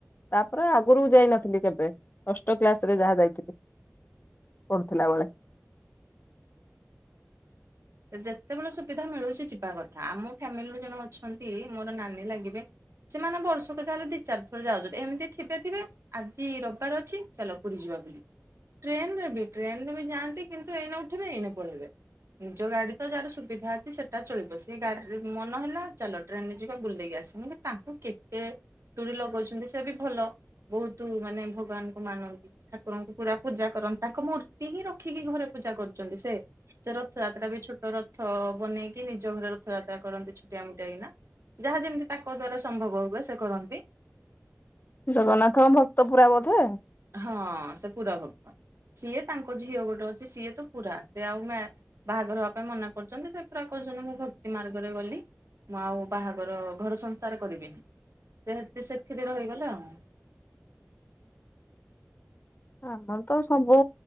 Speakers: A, on the left; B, on the right.
A: ତାପରେ ଆଗରୁକୁ ଯାଇ ନଥିଲି କେବେ ଷଷ୍ଟ କ୍ଲାସ୍ ରେ ଯାହା ଯାଇଥିଲି। ପଡୁଥିଲା ବେଳେ।
B: ସେ ଯେତେବେଳେ ସୁବିଧା ମିଳୁଛି ଯିବା କଥା। ଆମ ଫ୍ୟାମିଲିରୁ ଜଣେ ଅଛନ୍ତି ମୋର ନାନୀ ଲାଗିବେ- ସେମାନେ ବର୍ଷକ ତାହ ହେଲେ ଦି ଚାରି ଥରେ ଯାଉଛନ୍ତି। ଏମିତି ଥିବେ ଥିବେ ଆଜି ରବିବାର ଅଛି ଚାଲ ପୁରୁରୀ ଯିବା ବୁଲି। ଟ୍ରେନ ରେ ବି ଟ୍ରେନ ରେ ବି ଯାଆନ୍ତି କିନ୍ତୁ ଏଇନେ ଉଠିବେ ଏଇନା ଲେଇବେ। ନିଜ ଗାଡି ତ ଯାହାର ସୁବିଧା ଅଛି ସେଟା ଚଳିବ ସେ ଗାଡ଼ିରେ ମନ ହେଲା ଚାଲ ଟ୍ରେନରେ ଯିବା ବୁଲ ଦେଇେଇକି ଆସେ। ତାଙ୍କୁ କେତେ ଡୋରି ଲଗଉଛନ୍ତି ସେ ବି ଭଲ ବହୁତ ମାନେ ଭଗବାନଙ୍କୁ ମାନନ୍ତି। ଠାକୁରଙ୍କୁ ପୁରା ପୂଜା କରନ୍ତି ତାଙ୍କ ମୂର୍ତ୍ତି ହିଁ ରଖିକି ଘରେ ପୂଜା କରନ୍ତି। ସେ ସେ ରଥଯାତ୍ରା ବି ଛୋଟ ର ରଥ ବନେଇକି ନିଜ ଘରେ ରଥ ଯାତ୍ରା କରନ୍ତି ଛୁଟିଆ ମୁୁଟିଆ କିନା। ଯାହା ଯେମିତି ତାଙ୍କ ଦ୍ଵାରା ସମ୍ଭବ ହୁଏ ସେ କରନ୍ତି।
A: ଜଗନ୍ନାଥଙ୍କ ଭକ୍ତ ପୁରା ବୋଧେ।
B: ହଁ ସେ ପୁରା ଭକ୍ତ ସିଏ ତାଙ୍କ ଝିଅ ଗୋଟେ ଅଛି ସିଏ ତ ପୁରା ସେ ଆଉ ବାହାଘର ହେବା ପାଇଁ ମନା କରୁଛନ୍ତି ସେ ପୁରା କହୁଛନ୍ତି ମୁଁ ଭକ୍ତି ମାର୍ଗରେ ଗଲି। ମୁଁ ଆଉ ବାହାଘର ଘର ସଂସାର କରିବିନି। ସେ ସେଥିରେ ରହିଗଲା ଆଉ।
A: ଆମର ତ ସବୁ